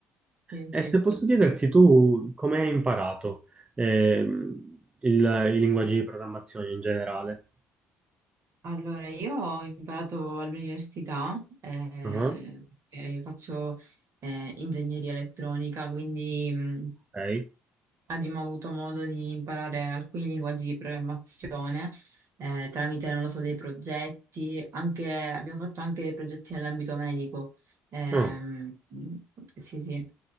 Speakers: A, on the right; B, on the right.
A: Sì,
B: E
A: sì.
B: se posso chiederti tu come hai imparato ehm, il- i linguaggi di programmazione in generale?
A: Allora, io ho imparato all'università, eh,
B: Ah,
A: perché faccio eh, ingegneria elettronica, quindi mh,
B: ok.
A: Abbiamo avuto modo di imparare alcuni linguaggi di programmazione eh, tramite, non lo so, dei progetti, anche- abbiamo fatto anche dei progetti nell'ambito medico. Ehm,
B: Ah.
A: sì, sì.